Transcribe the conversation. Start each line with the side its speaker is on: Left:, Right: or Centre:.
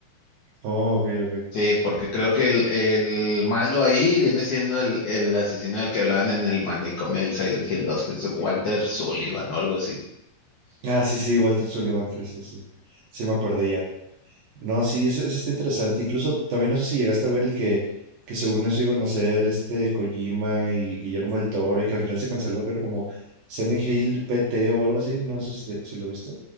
Right: Oh, ok, ok.
Left: Sí, porque creo que el, el malo ahí viene siendo el, el asesino del que hablaban en el manicomio del Silent Hill dos que es Walter Sullivan o algo así.
Right: Ah, sí, sí, Walter Sullivan, sí, sí, sí, sí me acordé ya. No, sí, eso, eso está interesante. Incluso también no sé si llegaste a ver el que, que según eso iban a hacer este Kojima y Guillermo del Toro y que al final se canceló, que era como Silent Hill PT o algo así. No sé si, te- si lo viste.